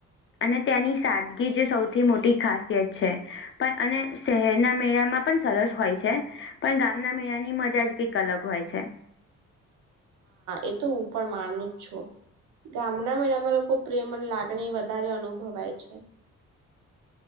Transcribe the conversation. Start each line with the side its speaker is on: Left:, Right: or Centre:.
Left: અને ત્યાંની સાદગી જ સૌથી મોટી ખાસિયત છે, પણ અને શહેરના મેળામાં પણ સરસ હોય છે. પણ ગામના મેળાની મજા જ કંઈક અલગ હોય છે.
Right: એ તો હું પણ માનું જ છું. ગામના મેળામાં લોકો પ્રેમ અને લાગણી વધારે અનુભવાય છે.